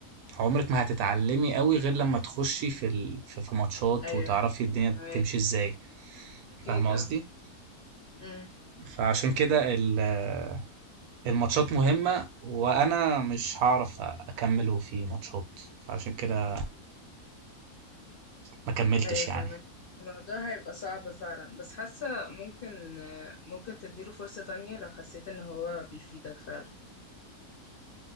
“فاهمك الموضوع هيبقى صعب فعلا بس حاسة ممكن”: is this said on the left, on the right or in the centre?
Left